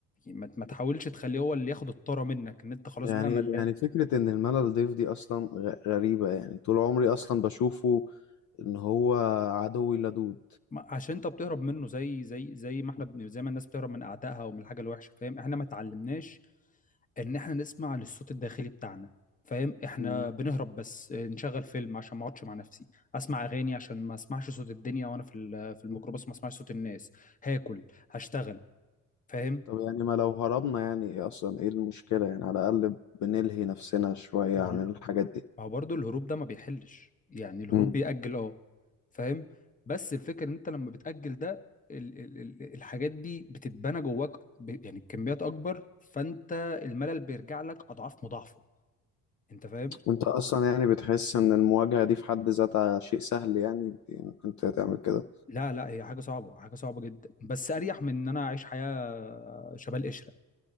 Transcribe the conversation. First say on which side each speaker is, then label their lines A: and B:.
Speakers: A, on the left; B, on the left.
A: ما ما تحاولش تخليه هو اللي ياخد الطاره منك ان انت خلاص
B: إيه؟
A: بقى
B: يعني
A: ملان
B: يعني فكرة إن الملل ضيف دي أصلا غ- غريبة يعني طول عمري أصلا بشوفه إن هو عدوي اللدود
A: ما- عشان انت بتهرب منه زي زي زي ما احنا بن- زي ما الناس بتهرب من اعدائها ومن الحاجه الوحشه فاهم احنا ما اتعلمناش ان احنا نسمع للصوت الداخلي بتاعنا فاهم احنا
B: مم.
A: بنهرب بس نشغل فيلم عشان ما اقعدش مع نفسي اسمع اغاني عشان ما اسمعش صوت الدنيا وانا في ال- في الميكروباص
B: مم.
A: ما اسمعش صوت الناس هاكل هشتغل فاهم
B: طب يعني ما لو هربنا يعني إيه أصلا إيه المشكلة يعني على الأقل بنلهي نفسنا شوية
A: ما
B: عن
A: هو ما
B: الحاجات
A: هو برضه الهروب ده ما بيحلش يعني الهروب
B: دي
A: بيأجل اه فاهم بس الفكرة ان انت لما بتأجل ده ال ال ال الحاجات دي بتتبنى جواك ب- يعني بكميات اكبر فانت الملل بيرجع لك اضعاف مضاعفة انت فاهم
B: وانت اصلا يعني بتحس ان المواجهة دي في حد ذاتها شيء سهل يعني ممكن تعمل كده
A: لا لا هي حاجة صعبة حاجة صعبة جدا بس أريح من إن أنا أعيش حياة شبه القشرة